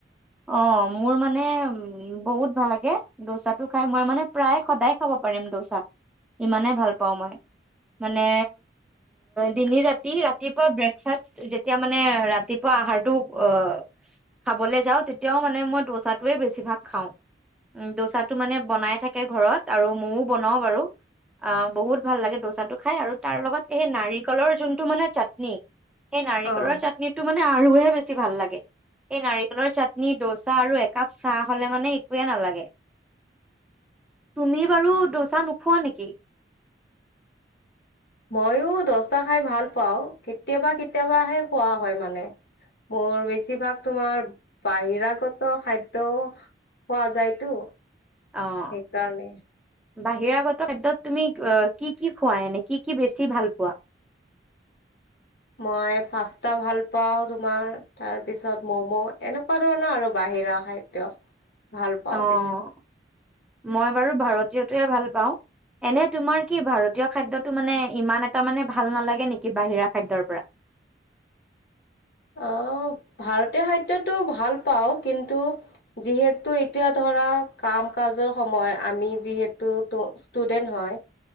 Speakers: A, in the centre; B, on the left.
A: অ মোৰ মানে বহুত ভাল লাগে ড'চাটো খাই মই মানে প্ৰায় সদায় খাব পাৰিম দচা, ইমানেই ভাল পাও মই, মানে দিনে ৰাতি ৰাতিপুৱা ব্ৰেকফাচ্চট্ যেতিয়া মানে ৰাতিপুৱা আহাৰটো অঅ খাবলে যাওঁ তেতিয়াও মানে মই দ'চাটৱে বেছিভাগ খাওঁ। দ'চাটো মানে বনাই থাকে ঘৰত আৰু মও বনাওঁ বাৰু অ' বহুত ভাল লাগে দ'চাটো খাই আৰু তাৰ লগত এই নাৰিকলৰ যোনটো মানে চাটনি এই নাৰিকলৰ
B: অ
A: চাটনিটো মা নে আৰুহে বেছি ভাল লাগে এই নাৰিকলৰ চাত নি ড'চা আৰু একাপ চাহ হলে মানে একোৱে নালাগে। তুমি বাৰু ড'চা নোখোৱা নেকি?
B: ময়ো ড'ছা খাই ভাল পাও। কেতিয়াবা-কেতিয়াবাহে খোৱা হয় মানে মোৰ বেছিভাগ তোমাৰ বাহিৰাগত খাদ্যও খোৱা যায়তো।
A: অ
B: সেইকাৰণে।
A: বাহিৰাগত খাদ্যত তুমি কি কি খুৱা এনে কি কি বেছি ভাল পোৱা?
B: মই পাস্তা ভাল পাওঁ তোমাৰ তাৰপিছত মম' এনেকুৱা ধৰণৰ আৰু বাহিৰা খাদ্য। ভাল পাওঁ
A: অ'
B: বেছি।
A: মই বাৰু ভাৰতীয়টোৱে ভাল পাওঁ। এনে তোমাৰ কি ভাৰতীয় খাদ্যটো মানে ইমান এটা মানে ভাল নালাগে নেকি বাহিৰা খাদ্যৰ পৰা?
B: অ' ভাৰতীয় খাদ্যটো ভাল পাওঁ কিন্তু যিহেতু এতিয়া ধৰা কাম কাজৰ সময় আমি যিহেতু ত' ষ্টুডেন্ট হয়